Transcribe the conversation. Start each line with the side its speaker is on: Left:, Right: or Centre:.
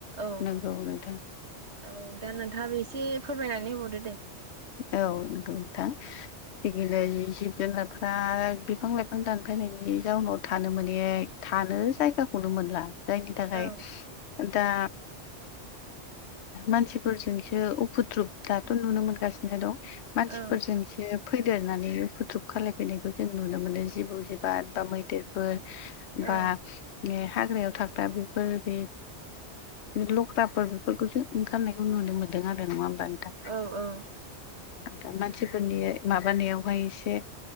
Right: औ
Left: नंगौ नोंथां
Right: औ दा नोंथाङा बे एसे फोरमायनानै होबावदो दे
Left: औ नंगौ नोंथां थिगलाय जिब - जुनार बिफां - लाइफां दानफायनायनि जाउनाव थानो मोनै थानो जायगाखौनो मोनला जायनि थाखाय
Right: औ
Left: दा मानसिफोरजोंसो उफुद्रुुब दाथ' नुनो मोनगासिनो दं मानसिफोरजोंसो
Right: औ
Left: फैदेरनानै फुद्रुुब खालायफैनायखौ जों नुनो मोनो जिबौ जिबाद बा मैदेरफोर
Right: औ
Left: बा बे हाग्रायाव थाग्रा बेफोर बे लख्राफोर बेफोरखौसो ओंखारनायखौ नुनो मोनदों आरो नङा होमबा नोंथा
Right: औ - औ
Left: आ दा मानसिफोरनि माबानायावहाय एसे